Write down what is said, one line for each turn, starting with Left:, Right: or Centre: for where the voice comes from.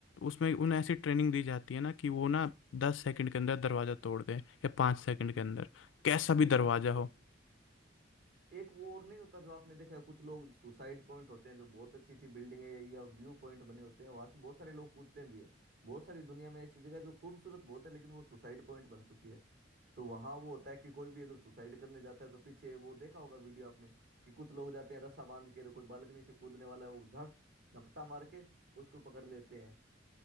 Left: उसमें उन्हें ऐसी ट्रेनिंग दी जाती है ना कि वो ना दस सेकंड के अंदर दरवाज़ा तोड़ दें या पाँच सेकंड
Right: बिल्कुल
Left: के अंदर कैसा भी
Right: ये तो
Left: दरवाजा
Right: मैं समझ रहा
Left: हो
Right: हूँ एक वो और नहीं होता जो आपने देखा है कुछ लोग सुसाइड पॉइंट होते हैं जो बहुत अच्छी अच्छी बिल्डिंग है या व्यू पॉइंट बने होते हैं वहां से बहुत सारे लोग कूदते भी हैं बहुत सारी दुनिया में ऐसी जगह है जो खूबसूरत बहुत है लेकिन वो सुसाइड पॉइंट बन चुकी है तो वहां वो होता है कि कोई भी अगर सुसाइड करने जाता है तो पीछे वो देखा होगा वीडियो आपने कि कुछ लोग जाते हैं रस्सा बांध के कोई बालकनी से कूदने वाला है वो झप झपटा मार के उसको पकड़ लेते हैं